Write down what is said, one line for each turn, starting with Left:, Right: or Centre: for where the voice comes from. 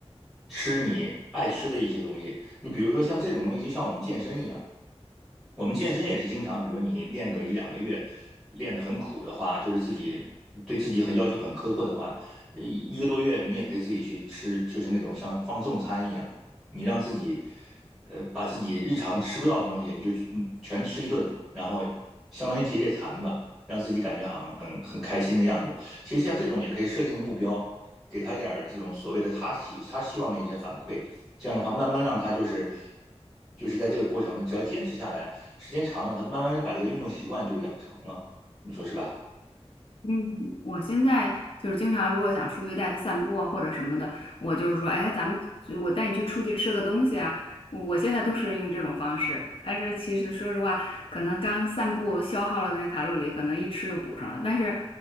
Centre: 吃你爱吃的一些东西。你比如说像这种东西，就像我们健身一样。我们健身也是经常，比如你练个一两个月，练得很苦的话，就是自己对自己很要求很苛刻的话，呃一个多月你也可以自己去吃，就是那种像放纵餐一样，你让自己，呃，把自己日常吃不到的东西，你就嗯全吃一顿，然后相当于解解馋吧，让自己感觉好像很很开心的样子。其实像这种也可以设定个目标，给他一点儿这种所谓的他希他希望的一些反馈，这样的话，慢慢让他就是就是在这个过程，只要坚持下来，时间长了，他就慢慢把这个运动习惯就养成了，你说是吧？
Left: 嗯，我现在就是经常，如果想出去带他散步啊，或者什么的，我就是说，哎，咱们就我带你去出去吃个东西啊。我我现在都是用这种方式，但是其实说实话，可能刚散步消耗了的那个卡路里，可能一吃又补上了。但是